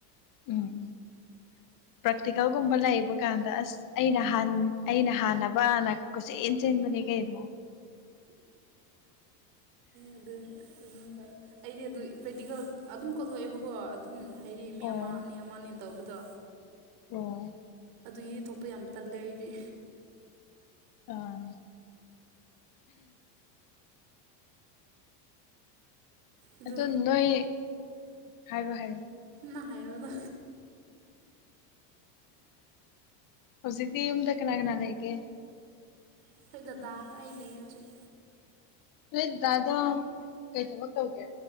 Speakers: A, on the left; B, on the right.
A: ꯎꯝ
B: <unintelligible>
A: ꯄ꯭ꯔꯥꯛꯇꯤꯀꯦꯜꯒꯨꯝꯕ ꯂꯩꯕ ꯀꯥꯟꯗ ꯑꯁ ꯑꯩꯅ ꯑꯩꯅ ꯍꯥꯟꯅꯕ ꯍꯥꯟꯅ ꯀꯆꯦꯟ ꯆꯦꯟꯕꯅꯤ ꯀꯕ
B: ꯑꯗꯨ ꯑꯗꯨ ꯑꯩꯗꯤ ꯑꯗꯨ ꯄ꯭ꯔꯦꯛꯇꯤꯀꯦꯜ ꯑꯗꯨꯝ ꯀꯊꯣꯛꯑꯦꯕꯀꯣ ꯑꯗꯨꯝ ꯍꯥꯏꯗꯤ ꯃꯤ
A: ꯑꯣ
B: ꯑꯃ ꯑꯅꯤ ꯑꯃ ꯑꯅꯦꯅ ꯇꯧꯕꯗꯣ
A: ꯑꯣ
B: ꯑꯗꯨꯒꯤ ꯊꯣꯛꯄ ꯌꯥꯝ ꯇꯜꯂꯦ ꯑꯩꯗꯤ
A: ꯑꯥ
B: ꯑꯗꯨ
A: ꯑꯗꯣ ꯅꯣꯏ ꯍꯥꯏꯔꯣ ꯍꯥꯏꯔꯣ
B: ꯅ ꯍꯥꯏꯔꯣꯗꯣ
A: ꯍꯧꯖꯤꯛꯇꯤ ꯌꯨꯝꯗ ꯀꯅꯥ ꯀꯅꯥ ꯂꯩꯒꯦ
B: ꯑꯩꯈꯣꯏ ꯗꯗꯥꯗ ꯑꯩ ꯂꯩ ꯍꯧꯖꯤꯛ
A: ꯍꯣꯏ ꯗꯥꯗ ꯀꯩ ꯊꯕꯛ ꯇꯧꯒꯦ